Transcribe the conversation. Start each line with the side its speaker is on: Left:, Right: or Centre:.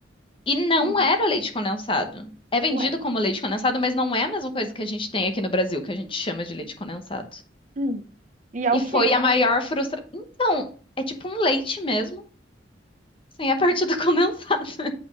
Left: e não
Right: Uhum.
Left: era leite condensado. É vendido
Right: Ué.
Left: como leite condensado, mas não é a mesma coisa que a gente tem aqui no Brasil, que a gente chama de leite condensado.
Right: Hum. E é o
Left: E
Right: quê?
Left: foi a maior frustração. Então, é tipo um leite mesmo, sem a parte do <laughs> condensado.